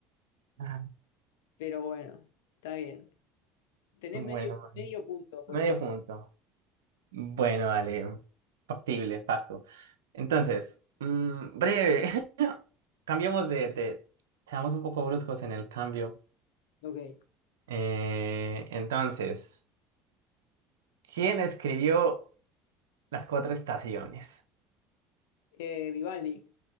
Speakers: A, on the right; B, on the left.
A: Ah,
B: Pero bueno, está bien. Tenés
A: bueno,
B: medio,
A: bueno.
B: medio punto por
A: Medio
B: eso.
A: punto. Bueno, dale. Factible, facto. Entonces, mm, breve. <laughs> Cambiamos de, de... Seamos un poco bruscos en el cambio.
B: Ok.
A: Eh, entonces, ¿quién escribió Las Cuatro Estaciones?
B: Eh, Vivaldi.